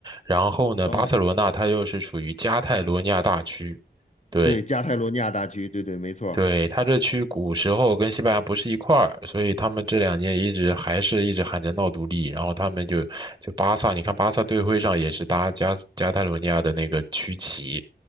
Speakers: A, on the right; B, on the left.
A: 然后呢，
B: 哦，
A: 巴塞罗那它又是属于加泰罗尼亚大区，对，
B: 对，加泰罗尼亚大区，对对，没错儿
A: 对，他这区古时候跟西班牙不是一块儿，所以他们这两年一直还是一直喊着闹独立，然后他们就就巴萨，你看巴萨队徽上也是搭加斯加泰罗尼亚的那个区旗，